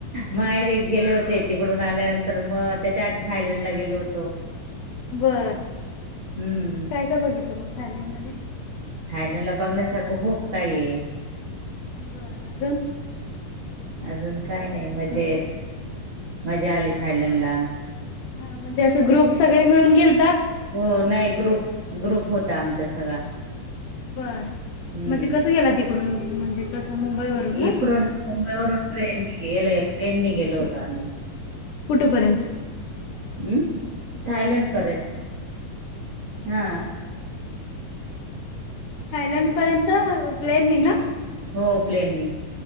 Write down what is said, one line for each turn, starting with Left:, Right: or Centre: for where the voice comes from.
Right: माहेरी गेले होते तिकडून आल्यानंतर मग त्याच्या आध थायलंड ला गेलो होतो
Left: बर
Right: हम्म
Left: काय काय बघितलं मग थायलंड मध्ये
Right: थायलंड ला बघण्यासारखं खूप काही आहे
Left: बरं आज
Right: अजून काय नाही मजा येत मजा आली थायलंडला
Left: हा म्हणजे अस ग्रुप सगळे मिळून गेल
Right: हो नाही ग्रुप ग्रुप होता आमचा सगळा
Left: बर
Right: हम्म
Left: म्हणजे कस गेला तिकडून म्हणजे कसं मुंबईवरून ना?
Right: इकडून मुंबईवरून ट्रेन गल ट्रेननी गेलो होतो आम्ही
Left: कुठंपर्यंत
Right: हम् थायलंड पर्यंत हा
Left: हायलंड पर्यंत प्लेननी ना
Right: हो प्लेननी